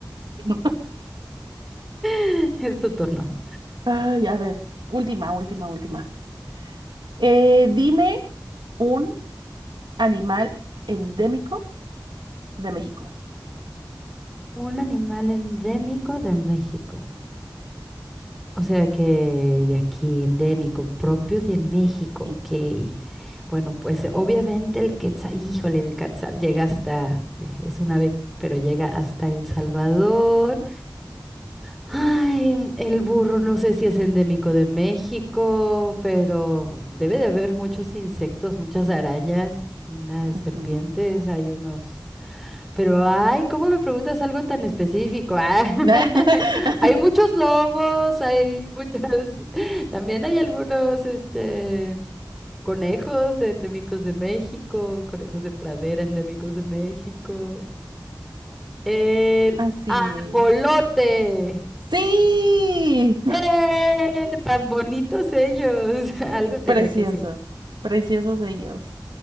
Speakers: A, on the right; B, in the centre.
A: No.
B: <laughs> Es tu turno.
A: Ay, a ver, última, última, última. Eh, dime un animal endémico de México.
B: Un animal endémico de México. O sea que de aquí, endémico, propio de México,
A: Sí.
B: ok. Bueno, pues obviamente el quetzal, híjole, el quetzal llega hasta, eh, es un ave, pero llega hasta El Salvador. Ay, el burro no sé si es endémico de México, pero debe de haber muchos insectos, muchas arañas, una de serpientes,
A: Ujú.
B: hay unos. Pero, ay, ¿cómo me preguntas algo tan específico? Ah, <laughs>
A: <laughs>
B: hay muchos lobos, hay muchas. <laughs> También hay algunos, este, conejos de endémicos de México, conejos de pradera endémicos de México. El
A: Así
B: ajolote.
A: es. ¡Sí!
B: ¡Eh! Tan bonitos ellos. <laughs> Algo
A: <laughs>
B: tenía
A: Preciosos,
B: que decir.
A: preciosos ellos.